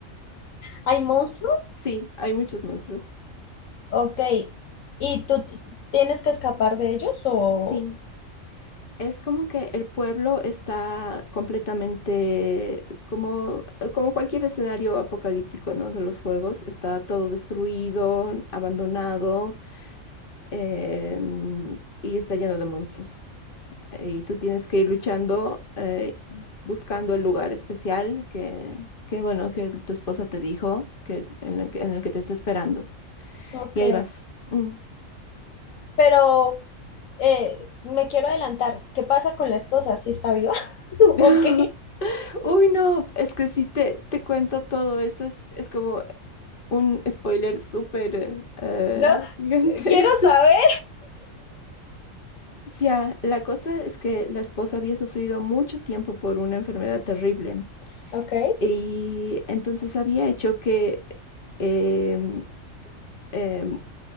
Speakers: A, on the left; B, on the left.
A: ¿Hay monstruos?
B: Sí, hay muchos monstruos.
A: Ok. ¿Y tú t- tienes que escapar de ellos o...?
B: Sí. Es como que el pueblo está completamente, como, como cualquier escenario apocalíptico, ¿no? De los juegos, está todo destruido, abandonado, em, y está lleno de monstruos. Y tú tienes que ir luchando, eh, buscando el lugar especial que, que, bueno, que tu esposa te dijo que, en el que, en el que te está esperando.
A: Ok.
B: Y ahí vas. Mm.
A: Pero eh, me quiero adelantar. ¿Qué pasa con la esposa? ¿Si está viva? <laughs>
B: <laughs>
A: Ok.
B: Uy, no, es que si te, te cuento todo eso, es, es como un spoiler súper eh,
A: No,
B: <laughs> gigantesco.
A: eh, quiero saber.
B: Ya, la cosa es que la esposa había sufrido mucho tiempo por una enfermedad terrible
A: Ok.
B: y entonces había hecho que em, em,